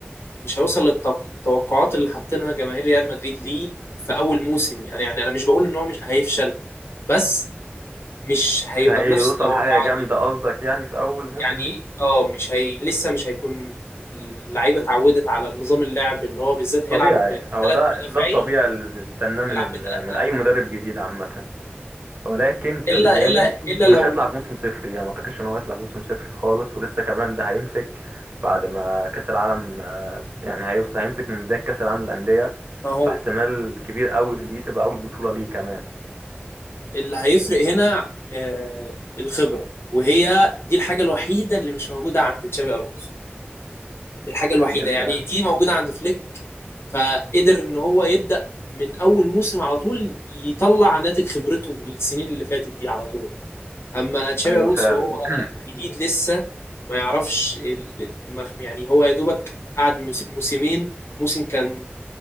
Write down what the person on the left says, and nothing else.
مش هيوصل للتوقعات اللي حاطينها جماهير ريال مدريد ليه في اول موسم يعني يعني انا مش بقول ان هو مش هيفشل بس مش هيبقى
بنفس التوقعات
دي
يعني
اه مش هي لسه مش هيكون اللعيبه اتعودت على نظام اللعب اللي هو بالذات هيلعب
بثلاث
مدافعين
هيلعب
بثلاثه
الا
الا الا
لو
ما هو
اللي هيفرق هنا آه، الخبرة وهي دي الحاجة الوحيدة اللي مش موجودة عند تشابي ألونسو الحاجة الوحيدة
يعني
دي موجودة عند فليك فقدر إن هو يبدأ من أول موسم على طول يطلع ناتج خبرته السنين اللي فاتت دي على طول أما تشابي
ألونسو
هو
جديد لسه ما يعرفش ال- ما- يعني هو يا دوبك قعد موس- موسمين موسم كان